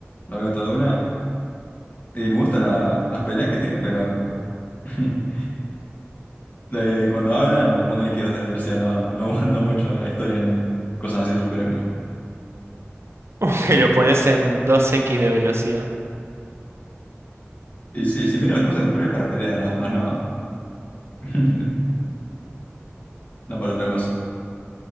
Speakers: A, on the left; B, on the right.
A: lo veo todo de una, y me gustan la- las peleas que tiene, pero... <laughs> Eh, cuando hablan, lo pongo en X2 de velocidad, no, no <laughs> aguanta mucho la historia en cosas así de superhéroes.
B: <laughs> Que lo pones en dos x de velocidad.
A: Y sí, si miro cosas de superhéroes para pelea nada más, no, <laughs> no para otra cosa.